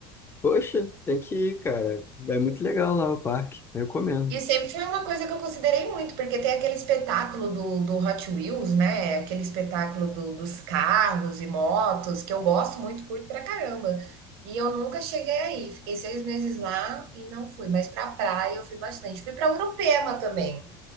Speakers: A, on the left (about 20°); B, on the right (about 75°).
A: poxa, tem que ir, cara. É muito legal lá o parque, eu recomendo.
B: E sempre foi uma coisa que eu considerei muito, porque tem aquele espetáculo do, do Hot Wheels, né? Aquele espetáculo do- dos carros e motos, que eu gosto muito, curto pra caramba. E eu nunca cheguei aí. Fiquei seis meses lá e não fui. Mas pra praia eu fui bastante. Fui pra Urupema também.